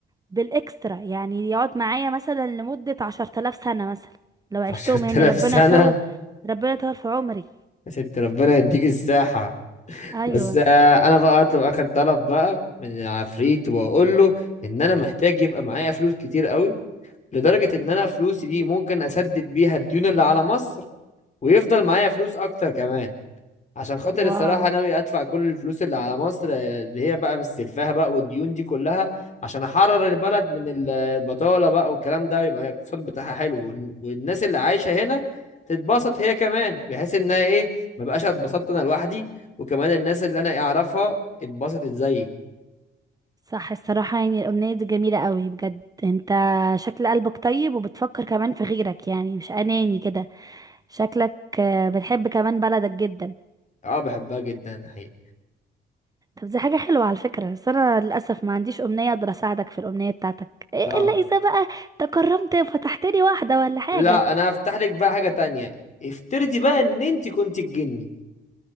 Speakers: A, on the right; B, on the left.
A: بالاكسترا يعني يقعد معايا مثلا لمدة عشرة آلاف سنة مثلا لو عشتهم
B: 10000
A: يعني ربنا
B: سنة
A: يطول ربنا يطول في عمري
B: يا ست ربنا يديك الساحة
A: ايوه
B: بس آه، انا بقى اطلب اخر طلب بقى من العفريت واقول له ان انا محتاج يبقى معايا فلوس كتير قوي لدرجة ان انا فلوسي دي ممكن اسدد بيها الديون اللي على مصر ويفضل معايا فلوس اكتر كمان عشان خاطر
A: واو
B: الصراحة ناوي أدفع كل الفلوس اللي على مصر آه، اللي هي بقى مستلفاها بقى والديون دي كلها عشان أحرر البلد من ال- البطالة بقى والكلام ده ويبقى الاقتصاد بتاعها حلو والن- والناس اللي عايشة هنا تتبسط هي كمان بحيث إنها إيه ما بقاش اتبسطت أنا لوحدي وكمان الناس اللي أنا أعرفها اتبسطت زيي
A: صح الصراحة يعني الأمنية دي جميلة قوي بجد انت شكل قلبك طيب وبتفكر كمان في غيرك يعني مش أناني كده شكلك آه، بتحب كمان بلدك جدا
B: أه بحبها جدا حقيقة
A: طب دي حاجة حلوة على فكرة بس أنا للأسف ما عنديش أمنية أقدر أساعدك في الأمنية بتاعتك إيه
B: لا
A: إلا إذا بقى تكرمت فتحت لي واحدة ولا حاجة
B: لا أنا هفتح لك بقى حاجة تانية افترضي بقى إن أنت كنت الجني